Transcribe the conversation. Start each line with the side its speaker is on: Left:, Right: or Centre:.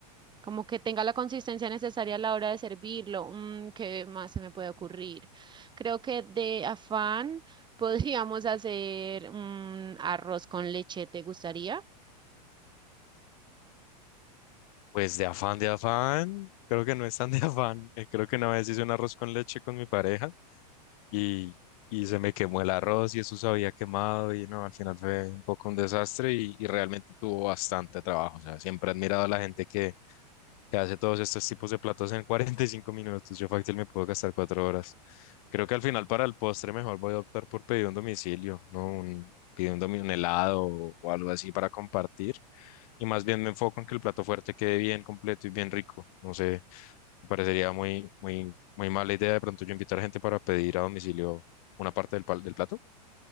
Right: como que tenga la consistencia necesaria a la hora de servirlo. Mm, ¿qué más se me puede ocurrir? Creo que de afán <laughs> podríamos hacer un arroz con leche, ¿te gustaría?
Left: Pues de afán, de afán. Creo que no es tan de afán. Eh, creo que una vez hice un arroz con leche con mi pareja y, y se me quemó el arroz y eso se había quemado y no, al final fue un poco un desastre y, y realmente tuvo bastante trabajo. O sea, siempre he admirado a la gente que que hace todos estos tipos de platos en <laughs> 45 minutos. Yo fácil me puedo gastar cuatro horas. Creo que al final para el postre mejor voy a optar por pedir un domicilio, ¿no? Un, pedir un, domi- un helado o, o algo así para compartir. Y más bien me enfoco en que el plato fuerte quede bien completo y bien rico. No sé, me parecería muy, muy, muy mala idea de pronto yo invitar a gente para pedir a domicilio una parte del, pal- del plato.